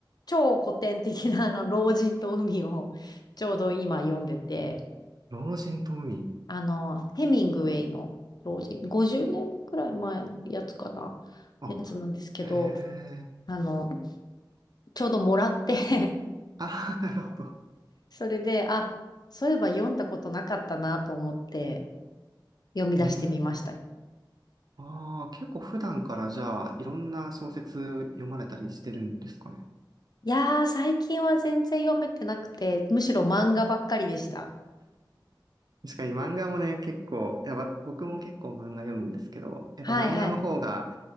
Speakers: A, on the left; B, on the right.
A: 超古典的なあの、老人と海をちょうど今読んでて、
B: 老人と海。
A: あの、ヘミングウェイの老人、50年くらい前のやつかな、
B: あ、
A: やつなんですけど、
B: へえ。
A: あの、ちょうどもらって
B: あ、<laughs> なるほど。
A: <laughs> それで、あ、そういえば読んだことなかったなと思って読み出してみました。
B: うん。
A: い
B: ああ、結構普段からじゃあ、いろんな小説読まれたりしてるんですかね。
A: やー、最近は全然読めてなくて、むしろ漫画ばっかりでした。
B: 確かに漫画もね、結構、いや、わ僕も結構漫画読むんですけど、やっぱ漫画の方が、
A: はいはい。